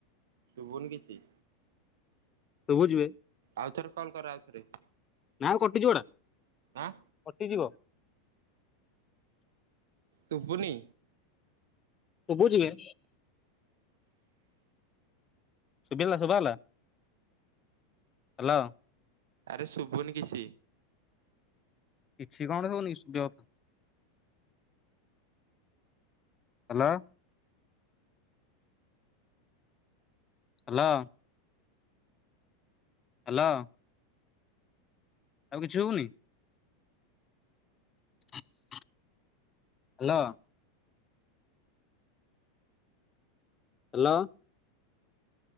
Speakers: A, on the right (about 80°); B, on the left (about 30°).
A: ଶୁଭୁନି କିଛି।
B: ଶୁଭୁଚି ବେ।
A: ଆଉ ଥରେ କଲ କର ଆଉ ଥରେ।
B: ଆଉ କଟିଯିବ ଏଟା।
A: ଆଁ
B: କଟିଯିବ
A: ଶୁଭୁନି।
B: ସୁବୁଛି ବେ। ଶୁଭିଲା ହେଲା ଶୁଭହେଲା ହ୍ୟାଲୋ।
A: ଆରେ ଶୁଭୁନି କିଛି।
B: କିଛି କଣ ହଉନି ସୁଯ ହ୍ୟାଲୋ ହ୍ୟାଲୋ ହ୍ୟାଲୋ ଆଉ କିଛି ହଉନି। ହ୍ୟାଲୋ ହ୍ୟାଲୋ